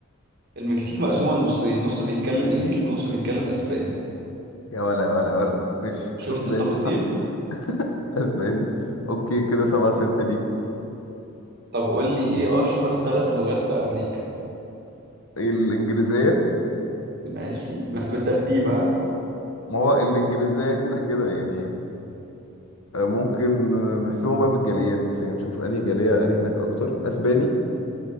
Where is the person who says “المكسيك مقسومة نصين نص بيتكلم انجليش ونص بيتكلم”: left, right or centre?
Right